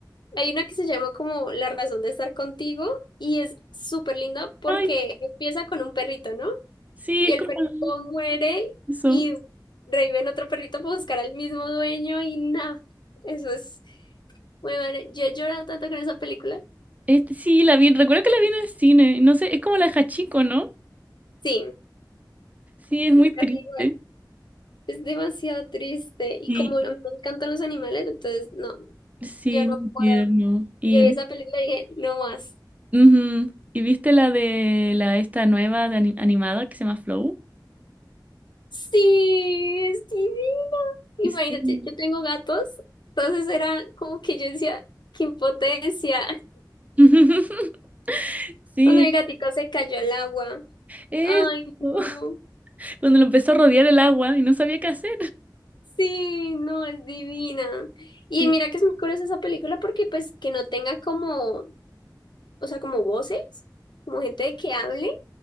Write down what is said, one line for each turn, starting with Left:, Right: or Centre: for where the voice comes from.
Left: Hay una que se llama como La razón de estar contigo y es súper linda porque
Right: Ay,
Left: empieza con un perrito, ¿no?
Right: sí,
Left: Y
Right: es
Left: el
Right: como
Left: perrito muere
Right: eso.
Left: y revive en otro perrito para buscar al mismo dueño y nada. Eso es muy bueno. Yo he llorado tanto con esa película.
Right: Este, sí, la vi, recuerdo que la vi en el cine. No sé, es como la de Hachiko, ¿no?
Left: Sí,
Right: Sí, es muy triste.
Left: casi igual. Es demasiado triste y
Right: Y
Left: como a mí me encantan los animales, entonces no,
Right: sí,
Left: yo no
Right: muy tierno.
Left: puedo.
Right: Y,
Left: Yo vi
Right: vi-
Left: esa película y dije, no más.
Right: ujú. ¿Y viste la de la esta nueva de ani- animada que se llama Flow?
Left: Sí, es divino. Imagínate,
Right: Sí.
Left: yo tengo gatos, entonces era como que yo decía, qué impotencia.
Right: <laughs> Sí,
Left: Cuando mi gatico se cayó al agua.
Right: eso.
Left: Ay, no.
Right: cuando lo empezó a rodear el agua y no sabía qué hacer.
Left: Sí, no, es divina. Y
Right: Sí.
Left: mira que es muy curiosa esa película porque pues que no tenga como, o sea, como voces, como gente de que hable